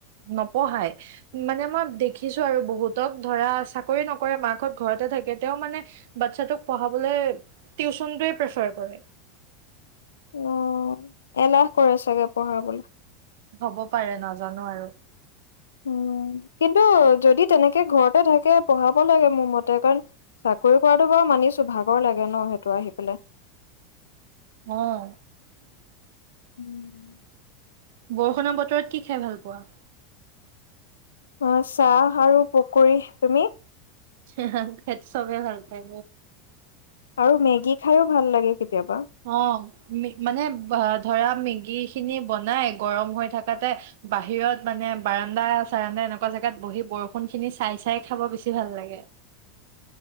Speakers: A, on the right; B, on the left.
A: নপঢ়ায়। মানে মই দেখিছো আৰু বহুতক ধৰা চাকৰি নকৰে মাকহঁত ঘৰতে থাকে। তেওঁ মানে বাচ্ছাটোক পঢ়াবলে টিউচনটোৱে প্ৰিফাৰ কৰে।
B: অ' এলাহ কৰে চাগে পঢ়াবলে।
A: হ'ব পাৰে নাজানো আৰু।
B: উম, কিন্তু যদি তেনেকে ঘৰতে থাকে পঢ়াব লাগে মোৰ মতে। কাৰণ, চাকৰি কৰাটো বাৰু মানিছো ভাগৰ লাগে ন, সিহঁতৰ আহি পেলাই।
A: অঁ।
B: উম।
A: বৰষুণৰ বতৰত কি খাই ভাল পোৱা?
B: মই চাহ আৰু পকৰি। তুমি?
A: সেইটো চবে ভাল পায়।
B: আৰু মেগী খাইয়ো ভাল লাগে কেতিয়াবা।
A: অহ, মানে ধৰা মেগী খিনি বনাই গৰম হৈ থকাতে বাহিৰত মানে বাৰাণ্ডা-চাৰাণ্ডা এনেকুৱা জেগাত বহি বৰষুন খিনি চাই চাই খাব বেছি ভাল লাগে।